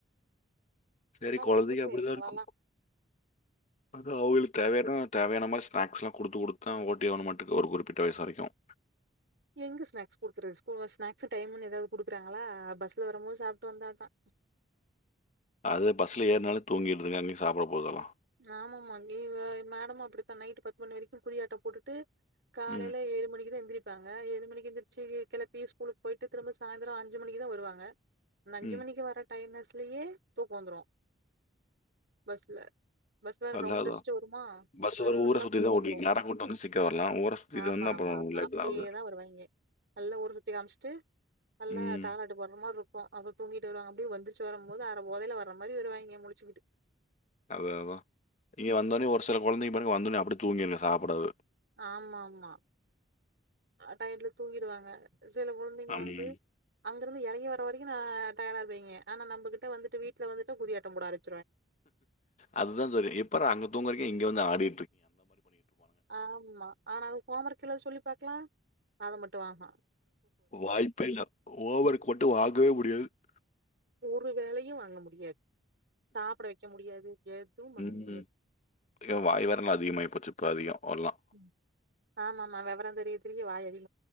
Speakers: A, on the left (about 40°); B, on the right (about 65°).
A: சரி கொழந்தைகங்க
B: பண்றது
A: அப்டித்தான்
B: எங்களல்லா
A: இருக்கும் அது அவுங்களுக் தேவையான தேவையான மாரி ஸ்நாக்ஸ்லாம் கொடுத்து கொடுத்து தான் ஓட்டியவ மட்டக்கு ஒரு குறிப்பிட்ட வயசுவரைக்கும்
B: எங்க ஸ்நாக்ஸ் குடுக்குறது ஸ்கூல் ஸ்நாக்ஸ் டைம்னுு ஏதாவது குடுக்குறாங்களா பஸ்ல வரும்போது சாப்ட்டு வந்தாதான்
A: அது பஸ்ல ஏறனாலே தூங்கிடுதுங்க அங்கே சாப்பிட போதல்லாம்
B: ஆமாமா இவ மேடமும் அப்டித்தான் நைட் பத்து மணி வரைக்கும் குதியாட்டம் போட்டுட்டு காலையில
A: ம்.
B: ஏழு மணிக்கு எந்திரி ப்பங்க ஏழு மணி எந்திரச்சி கெளிப்பி ஸ்கூலுக்கு போயிட்டு திரும்ப சாயந்திரம் அஞ்சு மணிக்கு தான் வருவாங்க அஞ்சு
A: ம்.
B: மணிக்கு வர டைம் ஸ் லியே தூக்கோ வந்துரும் பஸ்ல பஸ் வேற
A: அதான்
B: ரவுண்ட்
A: அதான்.
B: அடிச்சுட்டு வருமா
A: பஸ்
B: அதனால
A: வேற
B: நல்லா
A: ஊர சுத்தி
B: தூக்கம்
A: தான் ஓட்டிட்டு
B: வந்துரும்
A: நேரா கூட்டு வந்து சீக்கிரம் வரலாம். ஊர சுத்திட்டு
B: ஆமா
A: வந்து அப்புறம்
B: ஆமா ஆமா
A: லேட்
B: அப்படியேதான்
A: தான் ஆகுது.
B: வருவாங்கே நல்லா ஊரு சுத்தி காமிச்சுட்டு நல்லா
A: ம்.
B: தாலாட்டு பாடுற மாறி இருக் இப்ப அவ தூங்கிட்டு வருவாங்க அப்டி எந்திரிச்ச வரு போது அர போதைல வர்ற மாரி வருவாங்கே முழிச்சுகிட்டு
A: அது அதா நீங்க வந்தோனே ஒரு சில கொழந்தைங்க பாருங்க வந்தோனே அப்படி தூங்கிருங்க சாப்படாது
B: ஆமா ஆமா டைர்ல தூங்கிடுவாங்க சில கொழந்தைங்க வந்து
A: ம்.
B: அங்கேருந்து எறங்கி வர வரைக்கு நா டயர்டா இருப்பீங்கே ஆனா நம்பகிட்ட வந்துட்டு வீட்ல வந்துட்டு குதி ஆட்டம் போட ஆரம்
A: அதுதா தெரியு இப்ப அங்க தூங்கறக்க இங்க வந்து ஆடி
B: ஆமா ஆனா அது ஹோமர்க் எழுத சொல்லு பாக்கலா அது மட்டு ஆஹ
A: வாய்ப்பே இல்ல ஹோமர்கு மட்டு வாங்கவே முடியாது <inaudible>
B: ஒரு வேலயு வாங்க முடியாது சாப்ட வைக்க முடியாது எதுவும் பண்ண
A: ம்
B: முடியாது
A: ஏ வாய் வேரலா அதிகமாயி போச்சு இப்போ அதிகம் எல்லாம்
B: ம் ஆமா ஆமா வெவரம் தெரிய தெரிய வாய் அதிகம்